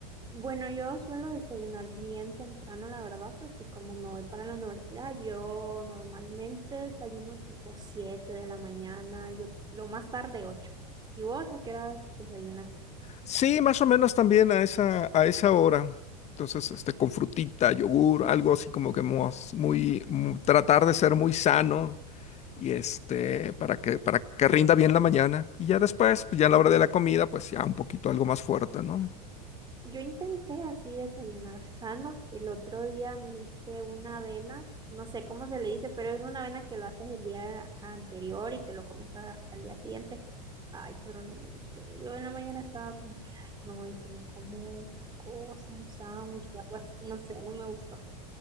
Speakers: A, on the right; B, on the left.
A: Bueno, yo suelo desayunar bien temprano, la verdad, porque como me voy para la universidad, yo normalmente desayuno tipo 7 de la mañana, yo lo más tarde ocho ¿Y vos a qué horas desayunas?
B: Sí, más o menos también a esa, a esa hora. Entonces, este, con frutita, yogur, algo así como que mos- muy, mu- tratar de ser muy sano y este, para que, para que rinda bien la mañana. Y ya después, pues ya a la hora de la comida, pues ya un poquito algo más fuerte, ¿no?
A: Yo intenté así desayunar sano. El otro día me hice una avena, no sé cómo se le dice, pero es una avena que lo haces el día anterior y te lo comes hasta el día siguiente. Ay, pero no me gustó. Yo en la mañana estaba como que, ay, no, y si me como otra cosa, un sándwich o algo así, no sé, no me gustó.